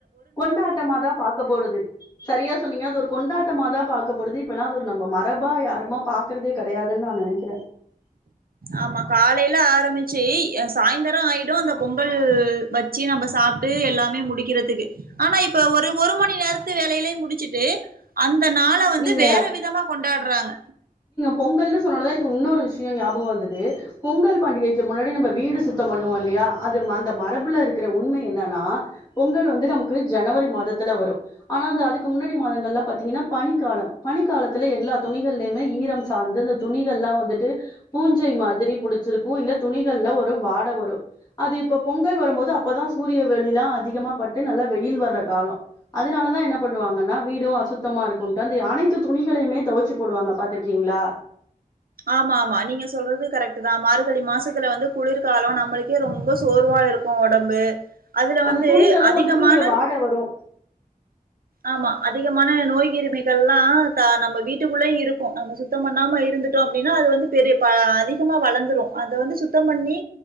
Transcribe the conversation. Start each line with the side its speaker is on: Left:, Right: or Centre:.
Left: கொண்டாட்டமா தா பாக்க போடுது சரியா சொன்னீங்க அது ஒரு கொண்டாட்டமா தா பாக்க போடுது இப்பெல்ல அது ஒரு நம்ம மரபா யார் பாக்குறதே கடையாது நா நெனக்கிற
Right: ஆமா காலைல ஆரமிச்சி ய சாய்ந்தரொ ஆயிடு அந்த பொங்கல் வச்சு நம்ப சாப்ட்டு எல்லாமே முடிக்கிறதுக்கு ஆனா இப்ப ஒரு ஒரு மணி நேர்த்து வேலைலே முடிச்சிட்டு அந் அந்த நாள வந்து
Left: நீங்க
Right: வேற விதமா கொண்டாட்றாங்க
Left: பொங்கல்ன்னு சொன்னனதா எனக்கு உன்னொரு விஷ்யொ ஞாபொக் வந்துது பொங்கல் பண்டிகைக்கு முன்னடி நம்ப வீடு சுத்த பண்ணுவோ இல்லியா அது மந்த மரபுல இருக்கிற உண்ம என்னனா பொங்கல் வந்து நமுக்கு ஜனவரி மாதத்துல வரு ஆனா அந்த அதுக்கு முன்னாடி மாதங்கள்லா பாத்தீங்கனா பனிக்கால பனிக்கலத்துல எல்லா துணிகள்லயுமே ஈரம் சார்ந்து இந்த துணிகள்லா வந்துட்டு பூஞ்சை மாதுரி புடிச்சிருக்கு இல்ல துணிகள்ல ஒரு வாட வரு அது இப்ப பொங்கல் வரம்போது அப்பதா சூரிய வெளிலா அதிகமா பட்டு நல்லா வெய்யில் வர்ற காலோ அதினாலதா என்ன பண்ணுவாங்கன்னா வீடு அசுத்தமாருக் குன்ட்டு அந்தி அனைத்து துணிகளையுமே தொவச்சி போடுவாங்க பாத்துருக்கீங்ளா
Right: ஆமா ஆமா நீங்க சொல்றது கரெக்ட்டுதா மார்கழி மாசத்துல வந்து குளிர்காலோ நம்மளுக்கே ரொம்ப சோர்வா இருக்கு ஒடம்பு அதுல
Left: அந்த
Right: வந்து
Left: துணிகளு
Right: அதிகமான
Left: வந்துட்டு ஒரு வாடே வரு
Right: ஆமா அதிகமான நோய் கிருமிகள்லா த நம்ப வீட்டுக்குள்ளே இருக்கு நம்ம சுத்தம் பண்ணாம இருந்துட்டோ அப்டினா அது வந்து பெரிய ப அதிகமா வளந்துரு அத வந்து சுத்தம் பண்ணி